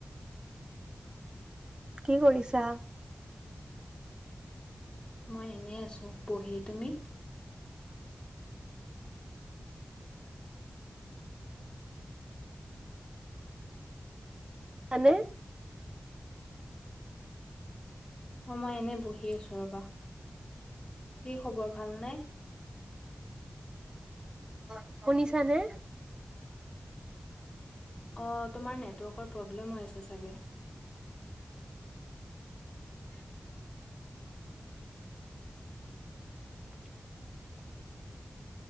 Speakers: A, on the right; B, on the left.
A: কি কৰিছা?
B: মই এনেই আছো বহি তুমি?
A: এনে
B: অ', মই এনে বহি আছো ৰবা, কি খবৰ ভালনে?
A: অ', শুনিছা নে?
B: অ', তোমাৰ নেটৱৰ্কৰ প্ৰব্লেম হৈ আছে চাগে। এ <unintelligible>
A: <unintelligible>